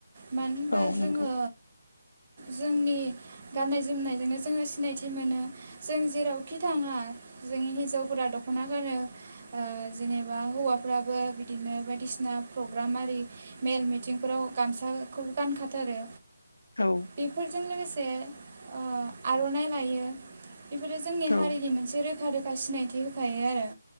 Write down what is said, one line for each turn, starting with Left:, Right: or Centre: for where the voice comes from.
Right: मानो होनबा
Left: औ
Right: जोङो
Left: नंगौ
Right: जोंनि गाननाय जोमनायजोंनो जोङो सिनायथि मोनो जों जेरावखि थाङा जोंनि हिन्जावफोरा दखना गानो ओह जेनेबा हौवाफ्राबो बिदिनो बायद बिसना प्रग प्रग्रामारि मेल मिथिंफोराव गामसाखौ गानखाथारो।
Left: औ
Right: बेफोरजों लोगोसे से ओह आरनाइ लायो। बेफोरो जोंनि
Left: औ
Right: हारिनि मोनसे रोखा रोखा सिनायथि होखायो आरो।